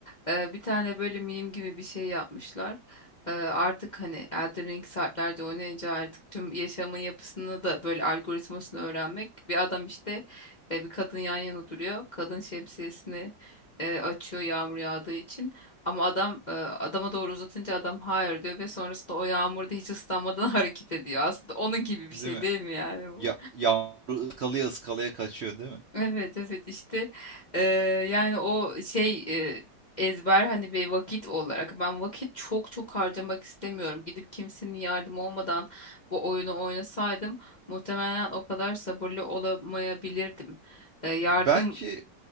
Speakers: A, on the left; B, on the right.
A: Ee, bir tane böyle meme gibi bir şey yapmışlar. Ee, artık hani Elden Ring saatlerce oynayınca artık tüm yaşamın yapısını da böyle algoritmasını öğrenmek. Bir adam işte e, bir kadın yan yana duruyor. Kadın şemsiyesini e, açıyor yağmur yağdığı için. Ama adam e, adama doğru uzatınca adam hayır diyor ve sonrasında o yağmurda hiç ıslanmadan <laughs> hareket ediyor. Aslında onun gibi bir
B: Değil
A: şey
B: mi?
A: değil mi yani bu?
B: Ya yavru ıskalaya ıskalaya kaçıyor değil mi?
A: Evet evet işte eee, yani o şey eee, ezber hani bir vakit olarak ben vakit çok çok harcamak istemiyorum. Gidip kimsenin yardım olmadan bu oyunu oynasaydım muhtemelen o kadar sabırlı olamayabilirdim. Eee, yardım
B: Belki